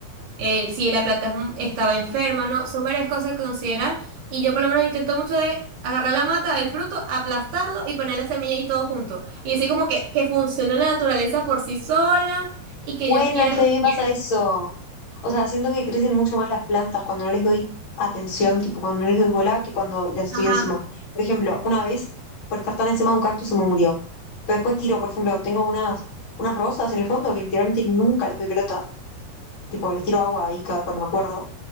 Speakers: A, on the right; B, on the left.
A: el- si la planta es mu- estaba enferma, ¿no? Son varias cosas que considerar. Y yo por lo menos intento mucho de agarrar la mata, el fruto, aplastarlo y poner la semilla y todo junto. Y decir como que, que funciona la naturaleza por sí sola y que
B: Bueno,
A: Dios quiera
B: es que
A: lo
B: a
A: que
B: mí me
A: quiera.
B: pasa eso. O sea, siento que crecen mucho más las plantas cuando no les doy atención, tipo cuando no les doy bola, que cuando las estoy
A: Ajá.
B: encima. Por ejemplo, una vez, por estar tan encima de un cactus, se me murió. Pero después tiro, por ejemplo, tengo unas, unas rosas en el fondo que literalmente nunca les doy pelota. Tipo, les tiro agua ahí cada, cuando me acuerdo.